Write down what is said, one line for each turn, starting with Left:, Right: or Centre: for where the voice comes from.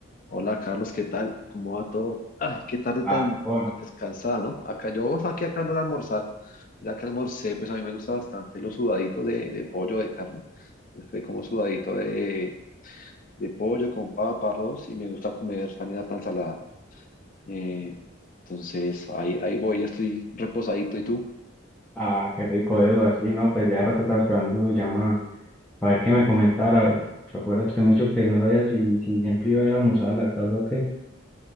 Left: Hola Carlos, ¿qué tal? ¿Cómo va todo? Ay, qué tarde
Centre: Ah,
Left: tan,
Centre: joda.
Left: tan descansada, ¿no? Acá yo aquí acá ando de almorzar. Mira que almorcé, pues a mí me gusta bastante los sudaditos de, de pollo, de carne. Entonces fue como sudadito de, de pollo con papa, arroz y me gusta comer también harta ensalada. Eh, entonces ahí, ahí voy, ya estoy reposadito. ¿Y tú?
Centre: ah, qué rico, Eduardo. Sí, no, pues ya rato estaba esperando su llamada. A ver qué me comentara. Recuerda que usted me dijo que no sabía si, si siempre iba a ir a almorzar a la casa o qué.